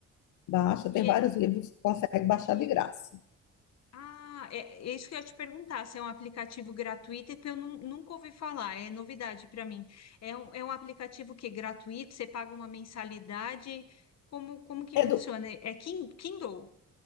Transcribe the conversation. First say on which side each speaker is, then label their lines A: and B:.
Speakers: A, on the left; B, on the left.
A: Baixa,
B: E,
A: tem vários
B: é-
A: livros que consegue baixar
B: e
A: de graça.
B: Ah, é, é isso que eu ia te perguntar, se é um aplicativo gratuito, é que eu nun- nunca ouvi falar, é novidade para mim. É um, é um aplicativo que é gratuito, você paga uma mensalidade, como, como que
A: É,
B: funciona?
A: do,
B: É Kin- Kindle?